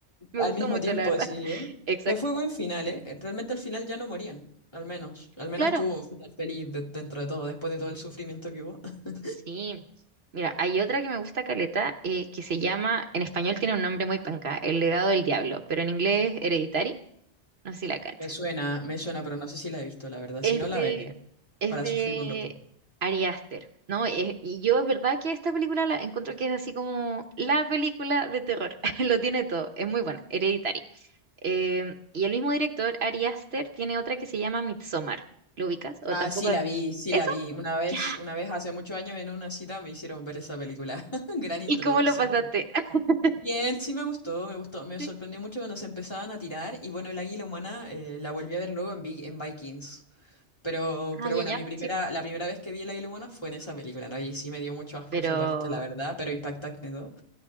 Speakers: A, on the right (about 60°); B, on the left (about 20°).
A: Me
B: Al
A: gustó
B: mismo
A: mucho,
B: tiempo,
A: la verdad.
B: sí,
A: <laughs>
B: ¿eh?
A: Exacto.
B: No fue buen final, ¿eh? Realmente al final ya no morían, al menos. Al menos
A: Claro,
B: tuvo un final feliz de- dentro de todo, después de todo el sufrimiento que hubo. <laughs>
A: sí. Mira, hay otra que me gusta caleta, eh, que se llama, en español tiene un nombre muy panca, El legado del diablo, pero en inglés es Hereditary. no sé si la cachas.
B: Me suena, me suena, pero no sé si la he visto, la verdad.
A: Es
B: Si no, la
A: de,
B: veré
A: es
B: para
A: de
B: sufrir un rato.
A: Ari Aster, ¿no? Es- y yo es verdad que esta película la encuentro que es así como la película de terror. <laughs> Lo tiene todo, es muy buena, Hereditary. Eh, y el mismo director, Ari Aster, tiene otra que se llama Midsommar. ¿Lo ubicas? ¿O
B: Ah,
A: tampoco?
B: sí, la vi, sí,
A: ¿Eso?
B: la vi. Una vez,
A: Ya.
B: una vez hace muchos años en una cita me hicieron ver esa película. <laughs> Gran introducción.
A: ¿Y cómo lo pasaste? <laughs>
B: Bien, sí me gustó, me gustó. Me
A: Sí.
B: sorprendió mucho cuando se empezaban a tirar. Y bueno, el águila humana eh, la volví a ver luego en, Vi- en Vikings. Pero,
A: Ah,
B: pero
A: ya,
B: bueno,
A: ya,
B: mi primera,
A: sí.
B: la primera vez que vi el águila humana fue en esa película, ¿no? Y sí me dio mucho asco
A: Pero
B: esa parte, la verdad, pero impactante todo.